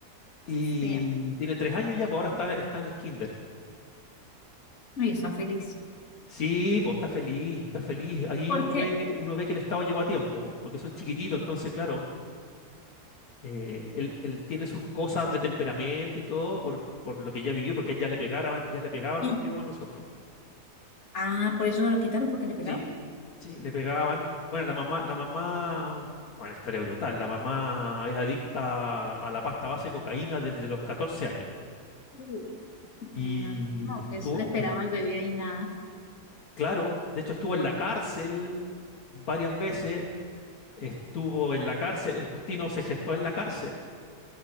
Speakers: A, on the left; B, on the left.
A: Y
B: Sí.
A: tiene tres años ya, pues ahora está, está en el kinder.
B: Y está feliz.
A: Sí, pues está feliz, está feliz. Ahí
B: ¿Por
A: uno
B: qué?
A: ve que, uno ve que el Estado llegó a tiempo, pues, porque son chiquititos, entonces, claro, eh, él, él tiene sus cosas de temperamento y todo por, por lo que ya vivió, porque ya le pegaban, ya le pegaban
B: y,
A: cuando llegó con nosotros.
B: ah, por eso se lo quitaron, porque le pegaba.
A: Sí, sí, le pegaban. Bueno, la mamá, la mamá, una historia brutal. La mamá es adicta a la pasta base de cocaína desde los 14 años.
B: Uy, imagínate.
A: Y
B: No,
A: estuvo,
B: que es- le esperaba
A: es-
B: al bebé ahí nada.
A: claro, de hecho estuvo en la cárcel varias veces. estuvo en la cárcel, el Justino se gestó en la cárcel